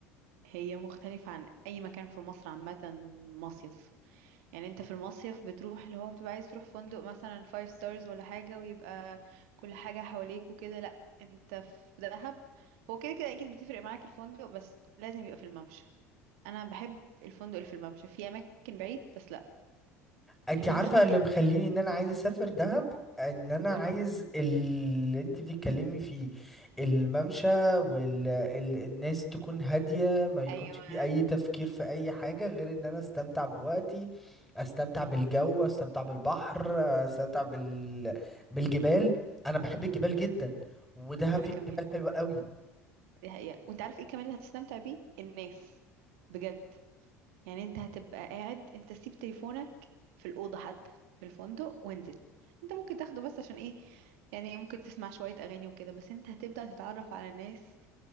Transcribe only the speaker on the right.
هي مختلفه عن اي مكان في مصر عامه مصيف يعني انت في المصيف بتروح اللي هو بتبقى عايز تروح فندق مثلا فايف ستارز ولا حاجة ويبقى كل حاجة حواليك وكده لا انت في دهب هو كده كده اكيد بتفرق معاك الفندق بس لازم يبقى في الممشى انا بحب الفندق اللي في الممشى في اماكن بعيد بس لا
الممشى
انت
قولي
ايوه
وانا
كمان
دي حقيقة وانت عارف ايه كمان اللي هتستمتع بيه الناس بجد يعني انت هتبقى قاعد انت سيب تليفونك في الأوضة حتى في الفندق وانزل انت ممكن تاخده بس عشان ايه يعني ممكن تسمع شوية أغاني وكده بس انت هتبدأ تتعرف على الناس